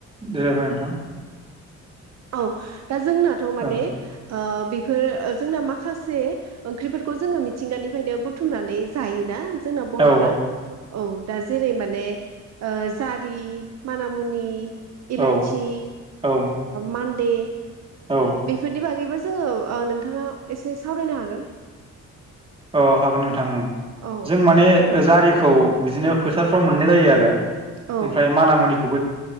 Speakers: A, on the right (about 20°); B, on the right (about 60°).
A: जिरायबाय नोंथां।
B: औ दा जोंनाथ' माने
A: औ
B: बेफोर जोंना माखासे ओंख्रिफोरखौ जोङो मिथिंगानिफ्रायनो बुथुमनानै जायोना। जोंना बर'फ्रा
A: औ
B: औ दा जेरै माने जारि माना मुनि इलाइचि
A: औ औ
B: मान्दे
A: औ
B: बेफोरनि बागैबो जोङो नोंथाङा एसे सावरायनो हागोन।
A: औ हागोन नोंथां औ
B: औ
A: जों माने जारि खौ बिदिनो फोथारफ्राव मोननाय जायो आरो।
B: औ